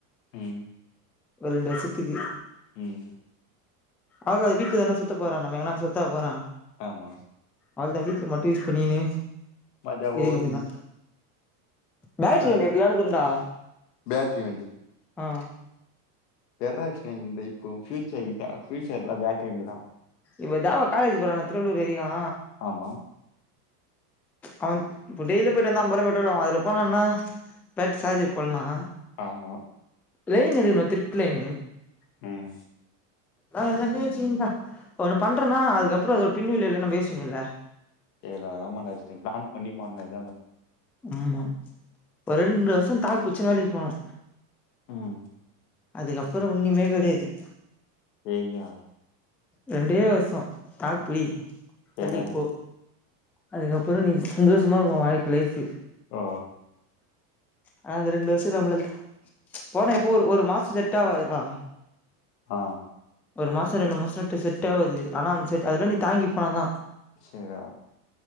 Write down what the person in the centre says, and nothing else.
ஒரு ரெண்டுவருசத்துக்கு
ஆக அது வீட்டுக்கு என்ன சுத்த போறானாமே எங்க நா சுத்த போரா
அவள்தா வீட்டுல மட்டும் யூஸ் பண்ணின்னு
இருக்க
வேண்டி தா பேட்ட்ரியநே
தியானுக்கு உண்டா
ஆ
இவ தா காலேஜ் போறானா திருவள்ளர் வேலிதா
அவ இப்ப டெய்லி போயிட்டு வந்து அம்பது ரூபா பெட்ரோல் ஆவு அதுல போன்னா பேட்டரி சார்ஜ் போடலா
லைன் எடுக்கணு திருட்டு லைனு
எல்லா மே வச்சுானா ஒன்னு பண்றேன்னா அதுக்கப்பறம் அதோட பின்விளைவு நம்ம யோசிக்கணு இல்ல
ம் ஒரு ரெண்டு வருஷம் தாக்கு புச்சன வேலக்கு போனோம்
அதுக்கப்பறம் ஒன்னிமே கெடையாது
ரெண்டே வருஷ தாக்கு புடி
வேலைக்கு போ அதுக்கப்புறம் நீ சந்தோஷமா இருக்கும் வாழ்க்க லைஃப்
ஆனா அந்த ரெண்டு வருஷக்கு நம்மள போனா இப்போ ஒரு ஒரு மாசம் செட் ஆவது டா
ஒரு மாசம் ரெண்டு மாசம் நட்டு செட் ஆவாது ஆனால் அந்த செட் அதெல்லாம் நீ தங்கி போனா தான்